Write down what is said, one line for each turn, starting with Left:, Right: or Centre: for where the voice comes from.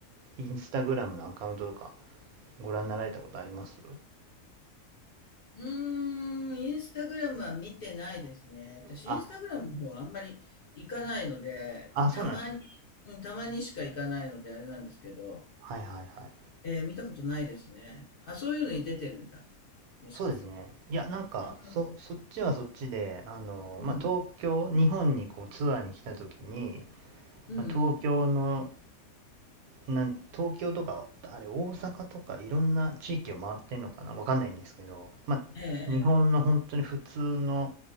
Right: インスタグラムのアカウントとかご覧になられたことあります
Left: うーんインスタグラムは見てないですね。私、
Right: あ、
Left: インスタグラムの方はあんまり行かないので、
Right: あ、
Left: た、たまに、
Right: そうなんです。
Left: うん、たまにしか行かないので、あれなんですけど、
Right: はいはいはい。
Left: えー見たことないですね。あ、そういうのに出てるんだ。もしかする
Right: そうですね。いや、なんか、
Left: と。うん、
Right: そ、そっちはそっちで、あの、
Left: うん、
Right: まあ、東京、日本にこうツアーに来た時に、
Left: うん、
Right: まあ、
Left: うん。
Right: 東京のなん東京とか、あれ、大阪とか、いろんな地域を回ってんのかなわかんないんですけど、まあ、
Left: ええ、
Right: 日本の本当に普通の